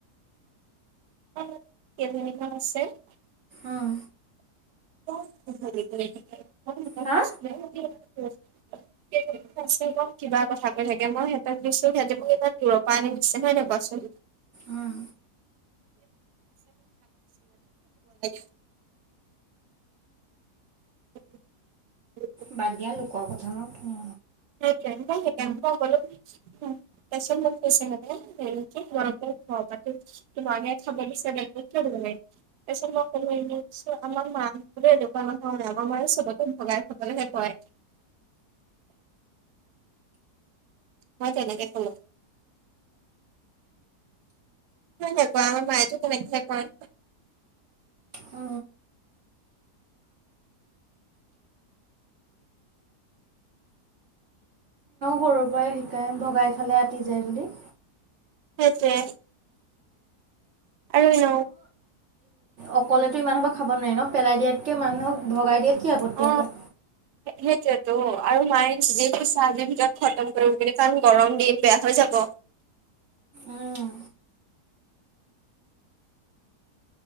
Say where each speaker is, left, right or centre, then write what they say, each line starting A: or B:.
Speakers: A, on the right (about 75°); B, on the right (about 55°).
A: <unintelligible>
B: উম
A: <unintelligible>
B: হা?
A: <unintelligible> <unintelligible> কিবা কথা কৈ থাকে মই সিহতক দিছোঁ। সিহঁতে মোক ইমান দূৰৰ পৰা আনি দিছে হয় নে কোৱাচোন?
B: উম
A: <unintelligible> <inaudible>
B: বাদ দিয়া লোকৰ কথানো কি
A: সেইটোয়ে মই সেইকাৰণে নগ'লো। তাৰ পিছত মোক কৈছে সিহঁতে এইটো কি তোমালোকৰ ঘৰৰ পৰাতো তোমাকহে খাব দিছে <unintelligible> তাৰপিছত মই ক'লো <unintelligible> আমাৰ মা বোলে এনেকুৱা মানুহ নহয় আমাৰ মানে চবকে ভগাই খাবলেহে কয়। মই তেনেকে ক'লো। <unintelligible> আমাৰ মায়েতো তেনেকেহে কয়।
B: অ। সৰু পৰাই শিকায় ভগাই খালে আতি যায় বুলি।
A: সেইটোৱে। আৰু এনেও
B: অকলেতো ইমানসোপা খাব নোৱাৰি ন পেলাই দিয়াতকে মানুহক ভগাই দিয়াত কি আপত্তি
A: অ
B: আছে
A: সেইটোয়েতো আৰু মায়ে যি <unintelligible> আজিৰ ভিতৰত খতম কৰিম বুলি কাৰণ গৰম দিন বেয়া হৈ যাব।
B: উম